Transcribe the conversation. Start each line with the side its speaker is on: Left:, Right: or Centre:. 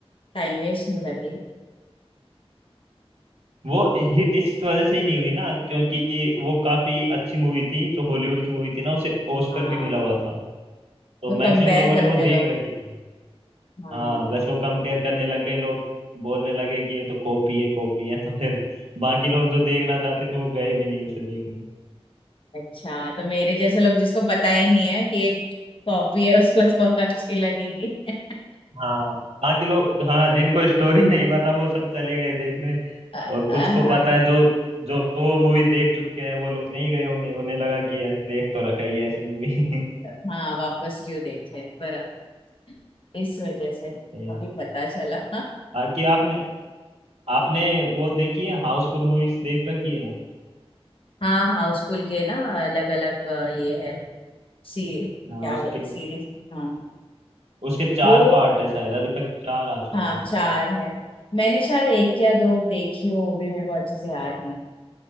Left: टाइम वेस्ट नहीं लगी
Right: वो हिट इस वजह से ही नहीं हुई ना क्योंकि वो काफी अच्छी मूवी थी जो हॉलीवुड की मूवी थी ना उसे ऑस्कर
Left: हाँ
Right: भी मिला हुआ था तो
Left: वो कंपेयर
Right: मैक्सिमम लोगों
Left: करते
Right: ने वो
Left: हैं लोग
Right: देख रखी थी
Left: हाँ,
Right: हाँ बस वो कंपेयर करने लग गए लोग बोलने लगे कि ये तो कॉपी है कॉपी है तो फिर बाकी लोग जो देखना चाहते थे वो गए भी नहीं उसे देखने
Left: अच्छा तो मेरे जैसे लोग जिसको पता ही नहीं है कि एक कॉपी है उसको <laughs> तो अच्छी लगेगी अ-
Right: हाँ बाकी लोग हाँ जिनको स्टोरी नहीं पता वो सब चले गए देखने
Left: अ-
Right: और
Left: हाँ
Right: कुछ को पता है जो जो वो मूवी देख चुके हैं वो लोग नहीं गए होंगे उन्हें लगा कि ये- देख तो रखा ही है ऐसी मूवी <laughs>
Left: हाँ वापस क्यों देखे बराबर इस वजह से
Right: नहीं यार
Left: अभी पता चला
Right: बाकी आपने आपने वो देखी है हाउसफुल मूवीज देख रखी है
Left: हाँ हाउस स्कूल के ना अलग अलग ये है सी क्या
Right: हाँ उसके
Left: बोलते सीरीज हाँ
Right: उसके चार
Left: वो
Right: पार्ट है शायद अभी तक चार आ चुके
Left: हाँ
Right: हैं
Left: चार है मैंने शायद एक या दो देखी हो वो भी मेरे को अच्छे से याद नहीं